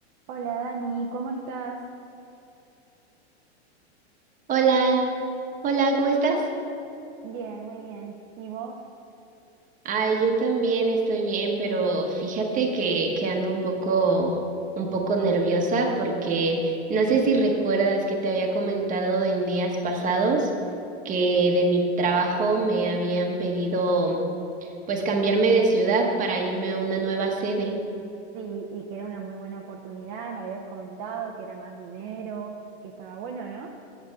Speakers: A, on the right; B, on the right.
A: Hola Dani, ¿cómo estás?
B: Hola, hola, ¿cómo estás?
A: Bien, muy bien. ¿Y vos?
B: Ay, yo también estoy bien, pero fíjate que, que ando un poco, un poco nerviosa porque no sé si recuerdas que te había comentado en días pasados que de mi trabajo me habían pedido pues cambiarme de ciudad para irme a una nueva sede.
A: Sí, y que era una muy buena oportunidad, me habías comentado que era más dinero, que estaba bueno, ¿no?